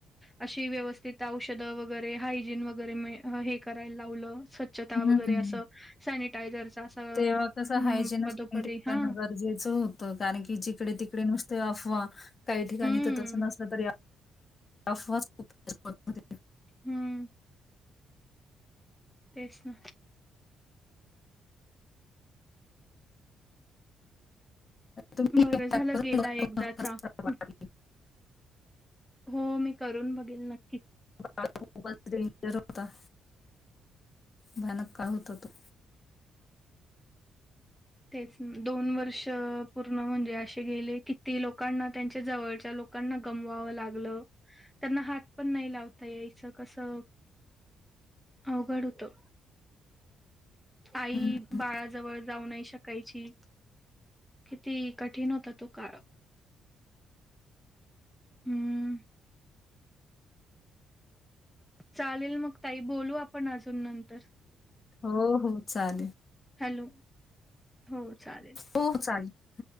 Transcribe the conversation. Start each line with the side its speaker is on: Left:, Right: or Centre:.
Centre: अशी व्यवस्थित औषधं वगैरे हायजीन वगैरे हे करायला लावलं स्वचछता
Left: हम्म.
Centre: वगैरे असं सॅनिटायझरचं असं
Left: तेव्हा कसं
Centre: हम्म
Left: हायजिनच
Centre: पदोपदी
Left: मेंटेन
Centre: हा
Left: करणं गरजेचं गरजेचं होत कारण की जिकडे-तिकडे नुसते अफवा, काही ठिकाणी
Centre: हम्म
Left: तर तस नसलं तरी अफवाच खूप पसरत होत्या.
Centre: हम्म. तेच ना.
Left: तुम्ही
Centre: बरं
Left: हे
Centre: झालं
Left: प्रकरण
Centre: गेला
Left: बघा, तुम्हाला
Centre: एकदाचा
Left: खरंच खराब वाटेल.
Centre: हं, हो, मी करून बघेल नक्की.
Left: मोल रेंजर होता, भयानक काय होता तो.
Centre: तेच दोन वर्ष पूर्ण म्हणजे अशे गेले किती लोकांना त्यांच्या जवळच्या लोक लोकांना गमवावं लागलं त्यांना हात पण नाही लावता यायचं कसं अवघड होतं. आई
Left: हं, हं.
Centre: बाळाजवळ जाऊ नाही शकायची किती कठीण होता तो काळ हम्म चालेल मग ताई बोलू आपण अजून नंतर
Left: हो हो चालेल
Centre: हॅलो हो चालेल.
Left: हो चालेल हं.